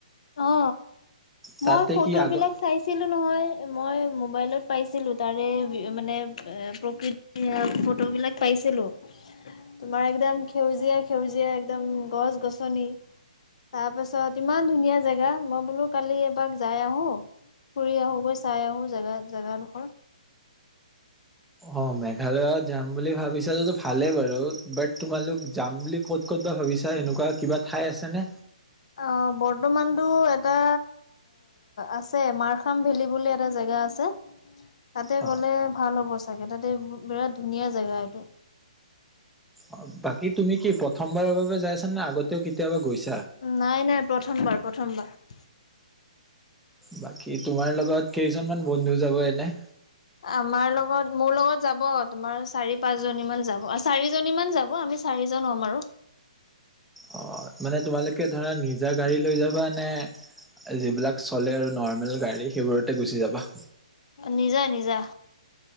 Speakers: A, on the left; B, in the centre.
A: অ
B: তাতে
A: মই ফটো
B: কি আগ
A: বিলাক চাইছিলো নহয় মই মোবাইলত পাইছিলো তাৰে মানে প্ৰকৃতি ফটো বিলাক পাইছিলো তোমাৰ একদম সেউজীয়া সেউজীয়া একদম গছ গছনি তাৰ পাছত ইমান ধুনীয়া জেগা মই বোলো কালি এবাৰ যাই আহো ফুৰি আহো গৈ চাই আহো জেগা জেগাডোখৰ
B: অ মেঘালয়ত যাম বুলি ভাবিছা যদি ভালেই বাৰু বাট তোমালোক যাম বুলি ক'ত ক'ত বা ভাবিছা এনেকুৱা কিবা ঠাই আছেনে
A: অ বৰ্তমানতটো এটা আছে মাৰখাম ভেলী বুলি এটা জেগা‌ আছে তাতে
B: অ
A: গ'লে ভাল অৱস্থা তাগে তাতে বিৰাট ধুনীয়া জেগা এইটো
B: অ বাকী তুমি কি প্ৰথমবাৰৰ বাবে যাই আছা নে আগতেও কেতিয়াবা গৈছা?
A: নাই নাই প্ৰথমবাৰ প্ৰথমবাৰ
B: বাকী তোমাৰ লগত কেইজনমান বন্ধু যাব এনে!
A: আমাৰ লগত মোৰ লগত যাব তোমাৰ চাৰি পাঁচজনী মান যাব আৰু চাৰিজনী মান যাব আমি চাৰিজন হ'ম আৰু
B: অ মানে তোমালোকে ধৰা নিজা গাড়ী লৈ যাবা নে যিবিলাক চলে আৰু নৰ্মেল গাড়ী সেইবোৰতে গুচি যাবা?
A: নিজা নিজা,